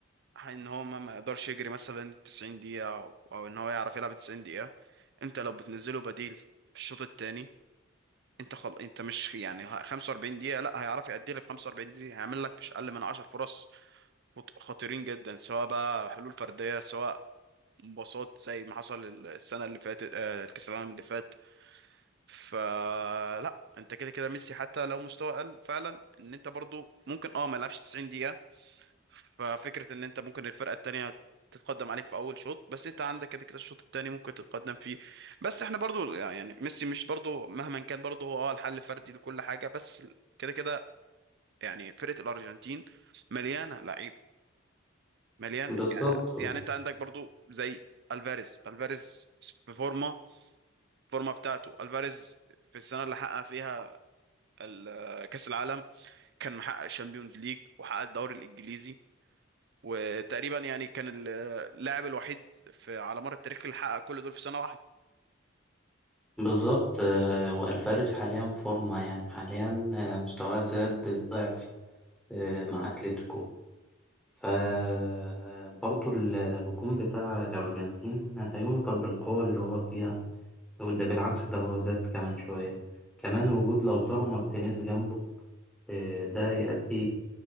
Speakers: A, on the right; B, in the centre.
A: ان هو ما ما يقدرش يجري مثلا 90 دقيقة او, أو ان هو يعرف يلعب 90 دقيقة انت لو بتنزله بديل في الشوط الثاني انت خل... انت مش يعني ه- 45 دقيقة لا هيعرف يأدي لك في 45 دقيقة هيعمل لك مش اقل من 10 فرص خط- خطيرين جدا سواء بقى حلول فردية سواء مباصات زي ما حصل السنة اللي فاتت آه، كأس العالم اللي فات فلا انت كده كده ميسي حتى لو مستوى قل فعلا ان انت برضو ممكن اه ما يلعبش 90 دقيقة ففكرة ان انت ممكن الفرقة التانية تتقدم عليك في اول شوط بس انت عندك كده كده الشوط التاني ممكن تتقدم فيه بس احنا برضو يعني ميسي مش برضو مهما كان برضو هو اه الحل الفردي لكل حاجة بس كده كده يعني فرقة الارجنتين مليانة لعيب مليانة
B: بالظبط
A: يعني انت عندك برضو زي الفاريز الفاريز في فورمة الفورمة بتاعته الفاريز في السنة اللي حقق فيها ال- كأس العالم كان محقق الشامبيونز ليج وحقق الدوري الإنجليزي وتقريبا يعني كان ال- اللاعب الوحيد في على مر التاريخ اللي حقق كل دول في سنة واحدة
B: بالظبط آه، والفاريز حاليا فورمة يعني حاليا آه، مستواه زاد الضعف آه، مع أتلتيكو فبرضه الهجوم بتاع الأرجنتين هيفضل بالقوة اللي هو فيها وده بالعكس ده هو زاد كمان شوية كمان وجود لوتارو مارتينيز جنبه آه، ده يؤدي